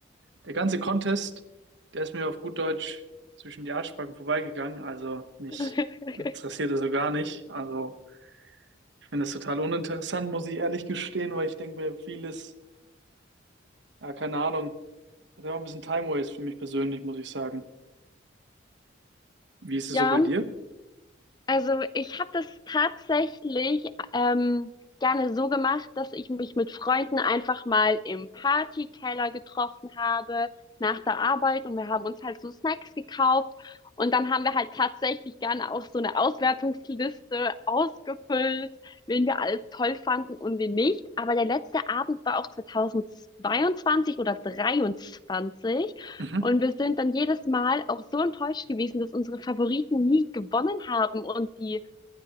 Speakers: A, on the right; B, on the left.
A: der ganze Contest, der ist mir auf gut Deutsch zwischen die Arschbacken vorbeigegangen. Also mich
B: <laughs>
A: interessiert das so gar nicht. Also ich finde es total uninteressant, muss ich ehrlich gestehen, weil ich denke mir vieles, ja, keine Ahnung, das war ein bisschen Time Waste für mich persönlich, muss ich sagen. Wie ist es
B: Ja.
A: so bei dir?
B: Also ich habe das tatsächlich ähm, gerne so gemacht, dass ich mich mit Freunden einfach mal im Partykeller getroffen habe nach der Arbeit und wir haben uns halt so Snacks gekauft und dann haben wir halt tatsächlich gerne auch so eine Auswertungsliste ausgefüllt, wen wir alles toll fanden und wen nicht. Aber der letzte Abend war auch 2022 oder 23
A: Mhm.
B: und wir sind dann jedes Mal auch so enttäuscht gewesen, dass unsere Favoriten nie gewonnen haben und die,